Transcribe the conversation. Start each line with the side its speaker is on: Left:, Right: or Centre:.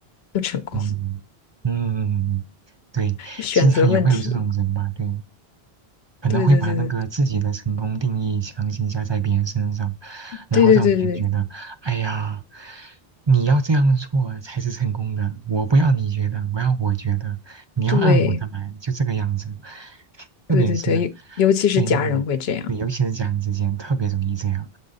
Left: 不成功，
Right: 嗯嗯嗯，对，
Left: 选择问题。
Right: 经常也会有这种人吧，对。可能会把那个自己的成功定义强行加在别人身上，
Left: 对对对对
Right: 然后让别人觉得，
Left: 对对对对
Right: 哎呀，你要这样做才是成功的，我不要你觉得，我要我觉得，你要按我的来，
Left: 对
Right: 就这个样子。特别是
Left: 对对对，尤尤其是家人会这样，
Right: 对那个，对尤其是家人之间特别容易这样，